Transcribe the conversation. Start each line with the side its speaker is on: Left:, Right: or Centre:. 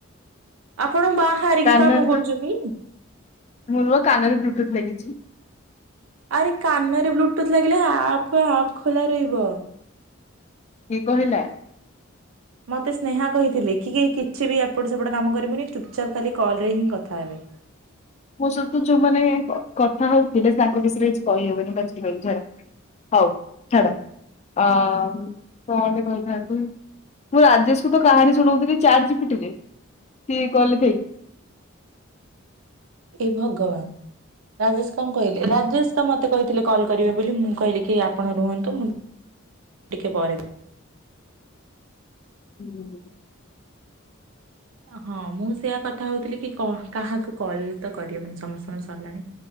Right: ଆପଣ ବାହାରିକି
Left: କାନରେ
Right: କାମ
Left: ବା
Right: କରୁଛନ୍ତି?
Left: ମୋର ପା କାନରେ ବ୍ଲୁ ଟୁଥ ଲାଗିଛି।
Right: ଆରେ କାନରେ ବ୍ଲୁଟୁଥ୍ ଲାଗିଲେ ଆପ୍ ଆପ୍ ଖୋଲା ରହିବ।
Left: କିଏ କହିଲା?
Right: ମୋତେ ସ୍ନେହା କହିଥିଲେ କି କି କିଛି ବି ଏପଟ ସେପଟ କାମ କରିବୁନି ଚୁପଚାପ୍ ଖାଲି କଲ ରେ ହିଁ କଥା ହେବେ।
Left: ମୋ ସହିତ ଯୋଉମାନେ କ-କଥା ହଉଥିଲେ ତାଙ୍କ ବିଷୟରେ କିଛି କହିହବନି ପଛରେ କହିବି ଛାଡ। ହଉ ଛାଡ ଆ କଣ ଗୋଟେ କହିଥାନ୍ତି। ମୁଁ ରାଜେଶ କୁ ତ କାହାଣୀ ଶୁଣଉଥିଲି ଚାଟ ଜି ପି ଟି ରେ ସିଏ କଲ ରେ ଥାଇ।
Right: ଏ ଭଗବାନ। ରାଜେଶ କଣ କହିଲେ ରାଜେଶ ତ ମତେ କହିଥିଲେ କଲ୍ କରିବେ ବୋଲି ମୁଁ କହିଲି କି ଆପଣ ରୁହନ୍ତୁ ମୁଁ ଟିକେ ପରେ
Left: ହୁଁ ହୁଁ ହୁଁ।
Right: ହଁ ମୁଁ ସେଇୟା କଥା ହଉଥିଲି କି କ କାହାକୁ କଲ ତ କରିହବନି ସମସ୍ତଙ୍କର ସରିଲାଣି।